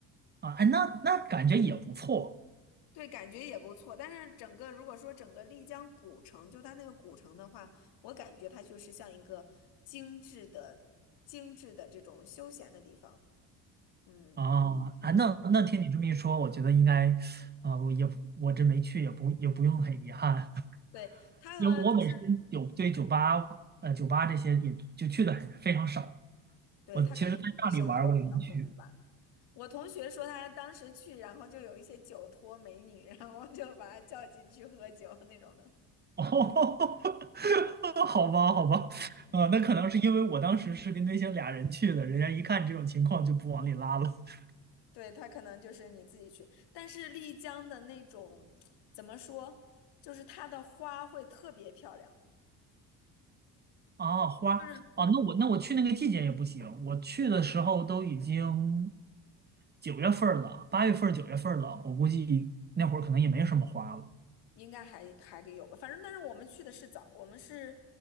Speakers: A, on the right; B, on the left.
A: 啊，哎，那那感觉也不错
B: 对，感觉也不错。但是整个如果说整个丽江古城，就它那个古城的话，我感觉它就是像一个精致的、精致的这种休闲的地方。嗯
A: 啊，哎，那那听你这么一说，
B: 嗯，
A: 我觉得应该，啊，我也我这没去，也不也不用很遗憾，<laughs>
B: 对，他和就是
A: 因为我本身有对酒吧，呃，酒吧这些也就去的很非常少，
B: 对他可能夜生活比较丰富吧。
A: 我其实在那里玩儿我也没去
B: 我同学说他当时去，然后就有一些酒托美女，然后就把他叫进去喝酒那种的。
A: 哦，<laughs> 好吧，好吧，
B: 嗯，
A: 啊、那可能是因为我当时是跟那些俩人去的，人家一看这种情况就不往里拉了。<laughs>
B: 对，他可能就是你自己去，但是丽江的那种怎么说，就是它的花会特别漂亮。
A: 啊，花儿啊，
B: 就是。
A: 那我那我去那个季节也不行，我去的时候都已经九月份儿了，八月份儿、九月份儿了，我估计那会儿可能也没什么花了。
B: 应该还还有吧，反正但是我们去的是早，我们是，